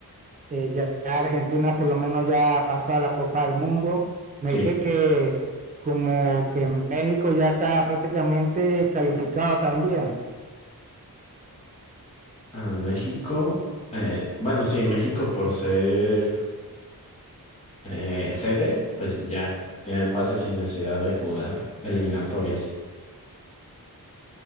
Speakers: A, on the right; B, on the left.
A: eh, ya Argentina por lo menos ya pasó a la Copa del Mundo. Me
B: Sí,
A: dijiste que como que México ya está prácticamente calificado también.
B: a México. eh, bueno, sí, México por ser eh, sede, pues ya tiene el pase sin necesidad de jugar eliminatorias.